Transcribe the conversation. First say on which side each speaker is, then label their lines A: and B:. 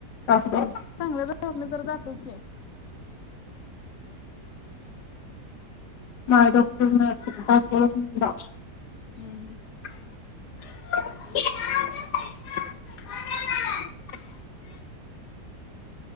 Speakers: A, on the left; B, on the left.
A: तासगावला
B: चांगल्या दवाखान्यात जरा दाखव की
A: माय डॉक्टर ने तासगावत येऊन दाव
B: हम्म हम्म
A: <inaudible>